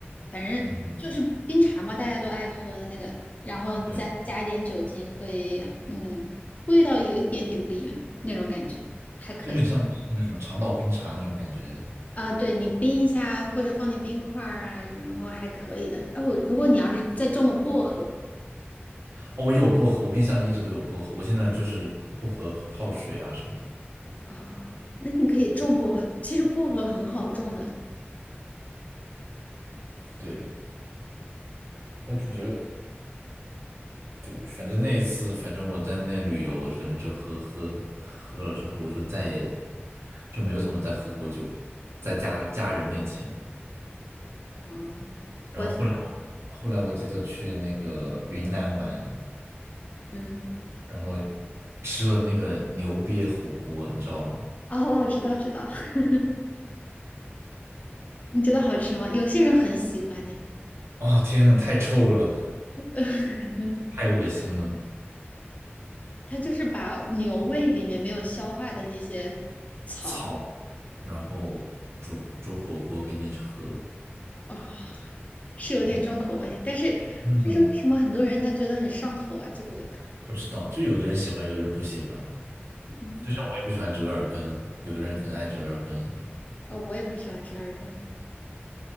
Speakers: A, on the left; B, on the right.
A: 反正就是冰茶嘛，
B: 嗯哼，
A: 大家都爱喝的那个，然后再加一点酒精会，
B: 对，
A: 嗯，味道有一点点不一样那种感觉，还可以。
B: 就有点像那个什么长岛冰茶那种感觉。
A: 啊，对，你冰一下或者放点冰块儿啊，然后还可以的。哦，如果你要是再种了薄荷，
B: 哦，我有薄荷，我冰箱里一直都有薄荷，我现在就是薄荷泡水啊什么的。
A: 哦，那你可以种薄荷。其实薄荷很好种的。
B: 对，我感觉，对，反正那一次，反正我在那旅游，反正就喝喝喝了之后，我就再也就没有怎么再喝过酒了，在家家人面前。
A: 哦，
B: 然后后来我后来我记得去那个云南玩，
A: 我想嗯，
B: 然后吃了那个牛瘪火锅，你知道吗？
A: 哦，我知道，知道。<laughs> 你觉得好吃吗？有些人很喜欢呢。
B: 啊天呐，太臭了，
A: <laughs>
B: 太恶心了，
A: 他就是把牛胃里面没有消化的那些草
B: 草，然后煮煮火锅给你喝。
A: 啊，是有点重口味。
B: 我
A: 但是，
B: 嗯，
A: 但是为什么很多人他觉得很上头啊？这个味道，
B: 不知道，就有的人喜欢，有的人不喜欢吧。
A: 嗯，
B: 就像我也不喜欢折耳根，有的人很爱折耳根一样。
A: 哦，我也不喜欢折耳根。